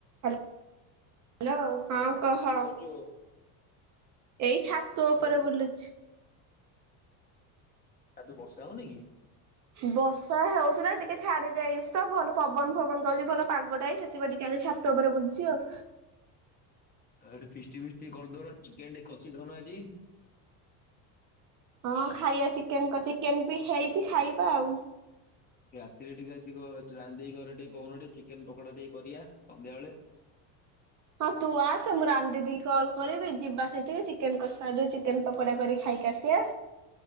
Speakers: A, on the right; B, on the left.
A: Hello, ହଁ କହ।
B: କଣ କରୁଛୁ
A: ଏଇ ଛାତ
B: କଣ
A: ଉପରେ
B: କରୁଛୁ?
A: ବୁଲୁ
B: ଛାତ ବର୍ଷା ହଉନି କି?
A: ବର୍ଷା ହଉଥିଲା ଟିକେ ଛାଡି ଯାଇଚି ତ, ଭଲ ପବନ ଫବନ ଦଉଛି ଭଲ ପାଗଟା ହେଇଚି ସେଥିପାଇଁ ଟିକେ ଆଜି ଛାତ ଉପରେ ବୁଲୁଚି ଆଉ।
B: ଆଉ ଏଠି ଫିଷ୍ଟ୍ ଫିଷ୍ଟି କରିଦଉନ ଚିକେନ ଟେ କଷି ଦଉନ ଆଜି।
A: ହଁ ଖାଇବା ଚିକେନ ଚିକେନ ବି ହେଇଛି ଖାଇବା ଆଉ।
B: ରାତିରେ ଟିକେ ଆଜି ଟିକେ ରାନି ଦିଦି ଘରେ ଟିକେ କହୁନ, ଟିକେ ଚିକେନ ପକୋଡା ଟିକେ କରିବା ସନ୍ଧ୍ୟା ବେଳେ।
A: ହଁ ତୁ ଆସେ ମୁଁ ରାନି ଦିଦିକି କଲ୍ କରିବି ଯିବା ସେଠିକି ଚିକେନ କସା ଯୋଉ ଚି ଚିକେନ ପକୋଡ଼ା କରି ଖାଇକି ଆସିିବା।